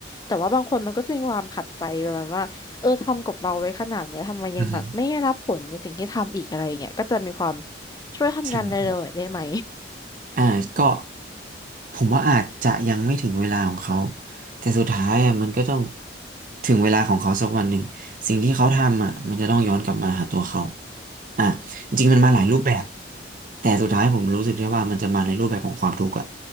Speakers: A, on the left (about 20°); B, on the right (about 45°).
A: แต่ว่าบางคนมันก็จะมีความขัดใจประมาณว่าเออทำกับเราไว้ขนาดเนี้ยทำไมยังแบบไม่ได้รับผลในสิ่งที่ทำอีกอะไรอย่างเงี้ยก็จะมีความ
B: อืม
A: ช่วยทำงานเร็วๆหน่อยได้ไหม
B: ใช่ไหมครับอ่าก็ผมว่าอาจจะยังไม่ถึงเวลาของเขาแต่สุดท้ายอ่ะมันก็ต้องถึงเวลาของเขาสักวันหนึ่งสิ่งที่เขาทำอ่ะมันจะต้องย้อนกลับมาหาตัวเขาอ่ะจริงๆมันมาหลายรูปแบบ
A: <laughs> อืม
B: แต่สุดท้ายผมรู้สึกได้ว่ามันจะมาในรูปแบบของความทุกข์อ่ะ